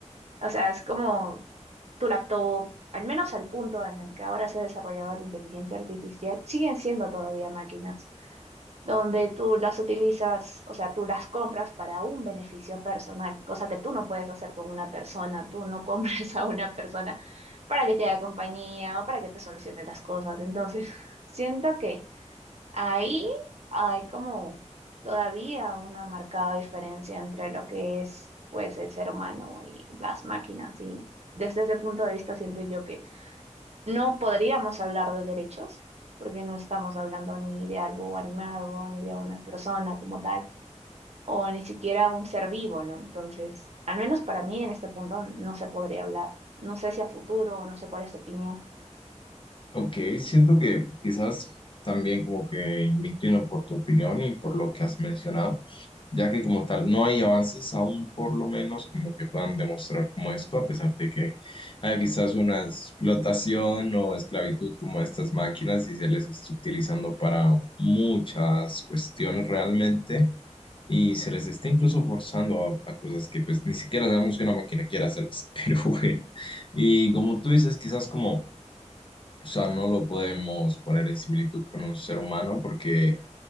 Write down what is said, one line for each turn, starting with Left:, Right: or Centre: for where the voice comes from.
Right: O sea, es como tu laptop, al menos al punto en el que ahora se ha desarrollado la inteligencia artificial, siguen siendo todavía máquinas. donde tú las utilizas, o sea, tú las compras para un beneficio personal, cosa que tú no puedes hacer con una persona, tú no compras <laughs> a una persona para que te haga compañía o para que te solucione las cosas. Entonces, <laughs> siento que ahí hay como todavía una marcada diferencia entre lo que es, pues, el ser humano y las máquinas y Desde ese punto de vista siento yo que no podríamos hablar de derechos, porque no estamos hablando ni de algo animado, ni de una persona como tal, o ni siquiera un ser vivo, ¿no? Entonces, al menos para mí en este punto no se podría hablar. No sé si a futuro, no sé cuál es tu opinión.
Left: Ok, siento que quizás también como que me inclino por tu opinión y por lo que has mencionado. ya que como tal no hay avances aún por lo menos como que puedan demostrar como esto, a pesar de que haya quizás una explotación o esclavitud como estas máquinas y se les está utilizando para muchas cuestiones realmente y se les está incluso forzando a, a cosas que pues ni siquiera sabemos que una máquina quiera hacerlas, <laughs> pero bueno, y como tú dices, quizás como... O sea, no lo podemos poner en similitud con un ser humano porque